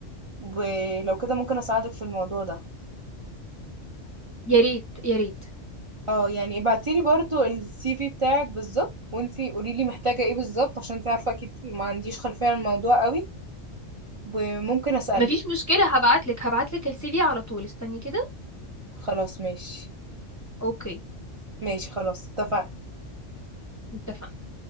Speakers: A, on the right; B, on the left.
A: ولو كده ممكن اساعدك في الموضوع ده
B: يا ريت يا ريت
A: اه يعني ابعتيلي برضو السي في بتاعك بالظبط وانتي قوليلي محتاجة ايه بالظبط عشان انتي عارفة اكيد ما عنديش خلفية عن الموضوع قوي وممكن اسألك
B: مفيش مشكله هبعتلك هبعتلك السي في على طول استني كده
A: خلاص ماشي
B: اوكي
A: ماشي خلاص اتفقنا
B: اتفقنا